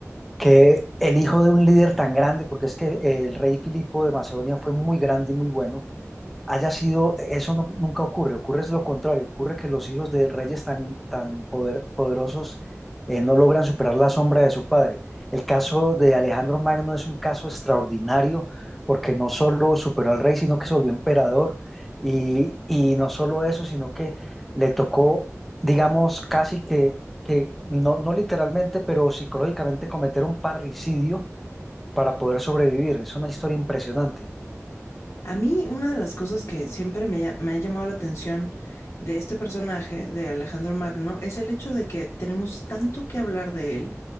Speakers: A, in the centre; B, on the left (about 65°).
A: que el hijo de un líder tan grande, porque es que el rey Filipo de Macedonia fue muy grande y muy bueno, haya sido, eso no- nunca ocurre, ocurre es lo contrario, ocurre que los hijos de reyes tan, tan poder- poderosos eh, no logran superar la sombra de su padre. El caso de Alejandro Magno es un caso extraordinario porque no solo superó al rey, sino que se volvió emperador y, y no solo eso, sino que le tocó, digamos, casi que, que no, no literalmente, pero psicológicamente cometer un parricidio para poder sobrevivir. Es una historia impresionante.
B: A mí una de las cosas que siempre me, ha me ha llamado la atención de este personaje, de Alejandro Magno, es el hecho de que tenemos tanto que hablar de él